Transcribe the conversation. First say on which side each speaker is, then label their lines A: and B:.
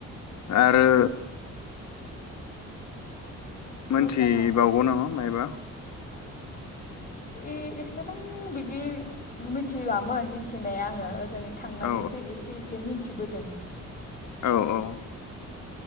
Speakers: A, on the left (about 65°); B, on the left (about 30°).
A: आरो मोनथिबावगौ
B: मोजाङानो
A: नामा मायबा?
B: यि एसेबां बिदि मिथियामोन मिथिनाया आङो ओजों थांनानैसो
A: औ
B: एसे एसे मि मिथिबोदोंमोन
A: औ औ